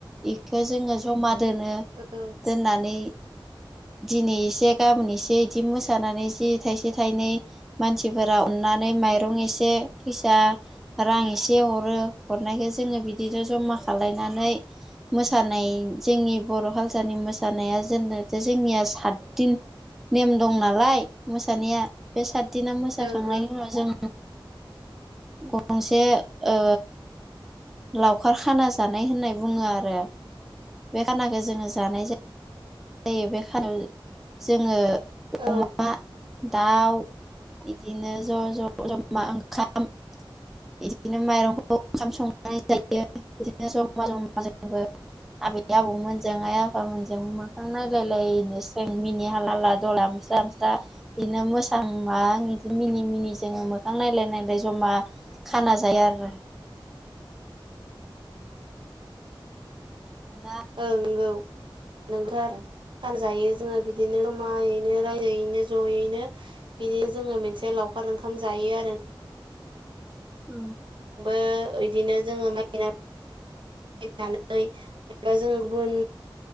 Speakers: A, in the centre; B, on the right (about 65°).
A: बेखौ जोङो जमा दोनो।
B: औ
A: दोननानै दिनै एसे गाबोन एसे बिदि मोसानानै जि थाइसे थाइनै मानसिफोरा अननानै माइरं एसे फैसा रां एसे हरो हरनायखो जोङो बिदिनो जमा खालायनानै मोसानाय जोंनि बर' खालसारनि मोसानाया जोंनिया सातदिन नेम दं नालाय मोसानाया बे सातदिना मोसाखांनायनि
B: ओं
A: उनाव जों <unintelligible> गंसे ओ लावखार खाना जानाय होननाय बुङो आरो बे खानाखो जोङो जानाय जायो। जायो बे खाव जोङो
B: औ।
A: अमा दाउ बिदिनो ज' ज' जमा ओंखाम बिदिनो माइरंखौ ओंखाम संनानै जायो बिदिनो ज'मा जमा जोंबो आबै आबौमोनजों आइ आफामोनजों ां नायलायलायनोसों मिनि हाला हाला दलास्रा मस्रा बिदिनो मोसा मा बिदि मिनि मिनि जोङो मोखां नायलाय नायलाय जमा खाना जाया आरो। जा
B: नंगौ नोंथ आरो फानजायो जोङो बिदिनो मायैनो रायजोयैनो ज'यैनो बिदि जोङो मोनसे लावखार ओंखाम जायो आरो।
A: औ।
B: आबो बिदिनो जोङो माइना नानै जेनेबा जोङो गुबुन